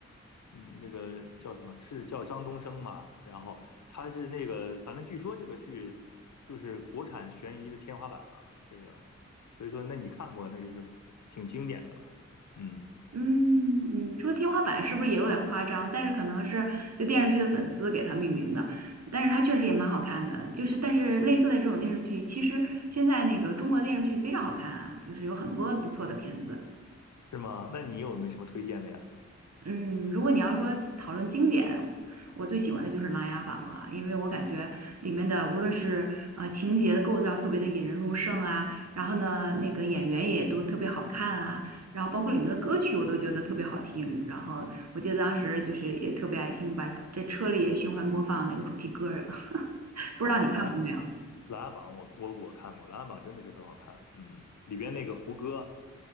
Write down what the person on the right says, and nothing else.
嗯，你说天花板是不是也有点夸张？但是可能是这电视剧的粉丝给它命名的，但是它确实也蛮好看的。就是但是类似的这种电视剧，其实现在那个中国电视剧非常好看啊，就是有很多不错的片子。
嗯，如果你要说讨论经典，我最喜欢的就是《琅琊榜》了，因为我感觉里面的无论是呃情节的构造特别的引人入胜啊，然后呢那个演员也都特别好看啊，然后包括里面的歌曲我都觉得特别好听，然后我记得当时就是也特别爱听，把这车里也循环播放那个主题歌儿，<laughs> 不知道你看过没有？